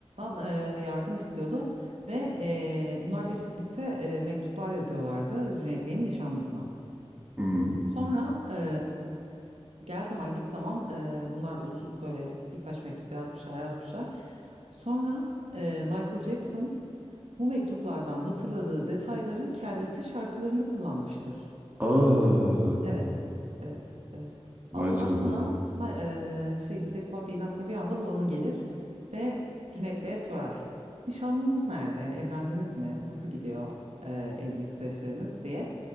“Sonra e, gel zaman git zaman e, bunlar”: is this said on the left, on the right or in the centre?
Right